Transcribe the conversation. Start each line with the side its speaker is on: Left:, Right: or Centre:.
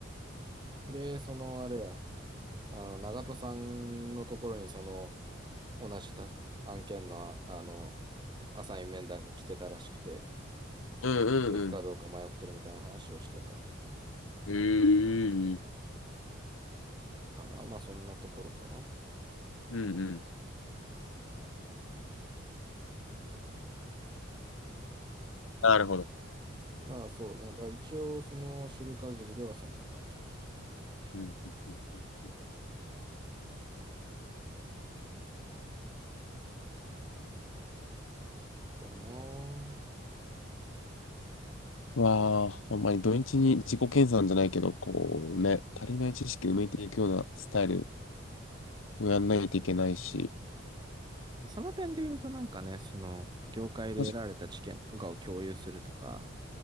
Right: で、そのあれや、あの、長戸さんのところにその、同じた案件のあ、あの、アサイン面談が来てたらしくて、
Left: うんうんうん。
Right: 行くかどうか迷ってるみたいな話をしてた
Left: ええー
Right: かな。まあそんなところかな。
Left: うんうん。なるほど。
Right: まあそうね。だから一応その知る限りではそんな感じ
Left: うんうんうんうん
Right: かな。
Left: わあ、ほんまに土日に自己研鑽じゃないけど、こうね、足りない知識埋めていくようなスタイルをやんないといけないし、
Right: その点で言うとなんかね、その業界で得られた知見とかを共有するとか、
Left: もし